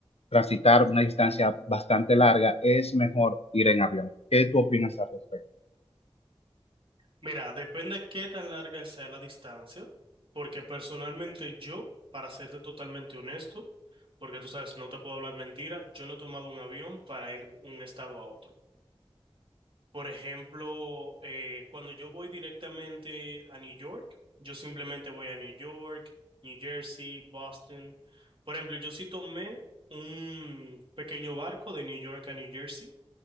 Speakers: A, on the left; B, on the right.
A: transitar una distancia bastante larga, es mejor ir en avión. ¿Qué tú opinas al respecto?
B: Mira, depende qué tan larga sea la distancia, porque personalmente yo, para serte totalmente honesto, porque tú sabes, no te puedo hablar mentira, yo no he tomado un avión para ir de un estado a otro. Por ejemplo, eh, cuando yo voy directamente a New York, yo simplemente voy a New York, New Jersey, Boston. Por ejemplo, yo sí tomé un pequeño barco de New York a New Jersey,